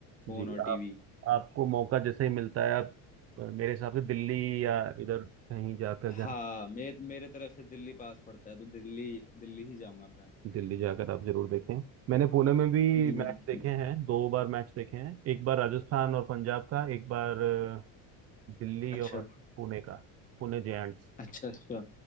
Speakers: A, on the left; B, on the right.
A: फोन
B: जी
A: और
B: आप
A: टीवी
B: आपको मौका जैसे ही मिलता है आप अ, मेरे हिसाब से दिल्ली या इधर कहीं जाकर
A: हाँ
B: जहाँ
A: मे, मेरे तरफ से दिल्ली पास पड़ता है तो दिल्ली दिल्ली ही जाऊंगा मैं
B: दिल्ली जाकर आप जरूर देखें मैंने पुणे में भी
A: हम्म,
B: मैच देखे हैं दो बार मैच देखे हैं एक बार राजस्थान और पंजाब का एक बार अ, दिल्ली
A: अच्छा
B: और पुणे का पुणे जायंट्स
A: अच्छा अच्छा